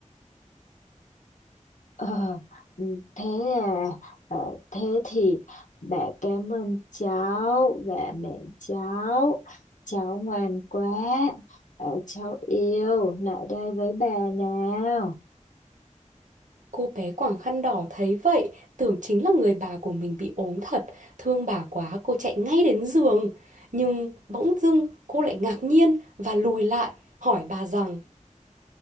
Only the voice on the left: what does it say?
Ờ, ừ, thế à, ờ, thế thì bà cảm ơn cháu và mẹ cháu. Cháu ngoan quá, ờ, cháu yêu, lại đây với bà nào.